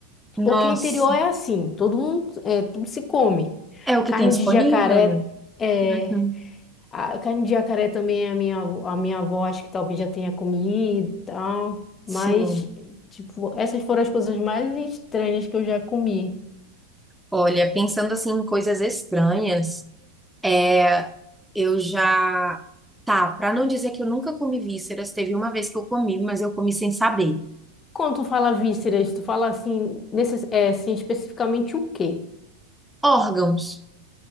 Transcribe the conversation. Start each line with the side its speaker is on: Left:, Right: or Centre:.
Centre: Nossa.
Left: Porque interior é assim, todo mundo, é, tudo se come.
Centre: É o
Left: Carne
Centre: que tem disponível,
Left: de jacaré,
Centre: né?
Left: é,
Centre: Uhum.
Left: a carne de jacaré também é a minha, avó- a minha avó acho que talvez já tenha comido e tal.
Centre: Sim.
Left: Mas, tipo, essas foram as coisas mais estranhas que eu já comi.
Centre: Olha, pensando assim em coisas estranhas, é, eu já. Tá, pra não dizer que eu nunca comi vísceras, teve uma vez que eu comi, mas eu comi sem saber.
Left: Quando tu fala vísceras, tu fala assim, necess, é, assim, especificamente o quê?
Centre: Órgãos,